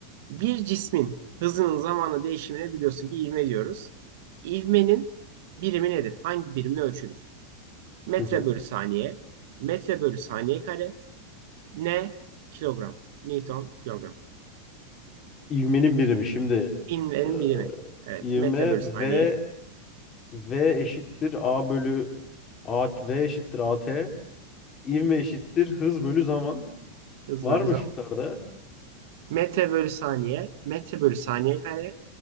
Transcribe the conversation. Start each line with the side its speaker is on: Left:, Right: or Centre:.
Right: Bir cismin hızının zamanla değişimine biliyorsun ki ivme diyoruz. İvmenin birimi nedir? Hangi birimle ölçülür? Metre
Left: Hı hı.
Right: bölü saniye, metre bölü saniye kare, ne? Kilogram. Newton kilogram.
Left: İvmenin birimi. Şimdi
Right: İvmenin
Left: e,
Right: birimi. Evet,
Left: ivme
Right: metre bölü saniye,
Left: V V eşittir A bölü A, V eşittir a t İvme eşittir hız bölü zaman.
Right: hız
Left: Var
Right: bölü
Left: mı
Right: zaman.
Left: şıklarda?
Right: Metre bölü saniye, metre bölü saniye kare,